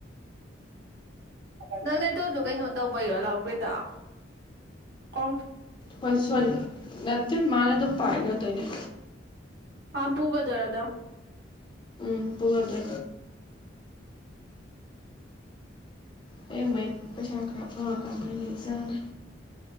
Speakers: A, on the right; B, on the left.
A: ꯅꯪ ꯅꯇꯣꯁꯨ ꯀꯩꯅꯣ ꯇꯧꯕꯩꯔꯣ ꯂꯧꯥꯎꯒꯦꯗ ꯀ
B: ꯍꯣꯏꯁꯣꯟ ꯅꯠꯇꯦ ꯃꯥꯅ ꯑꯗꯨꯝ ꯄꯥꯏꯒꯗꯣꯏꯅꯤꯣ
A: ꯑ ꯄꯒꯗꯔꯥꯗꯥꯝ
B: ꯎꯝ ꯄꯨꯒꯗ꯭ꯔꯦ ꯍ ꯃꯩ ꯄꯩꯁꯥ ꯑꯐ ꯀꯃꯥꯏ ꯂꯩ ꯆꯅ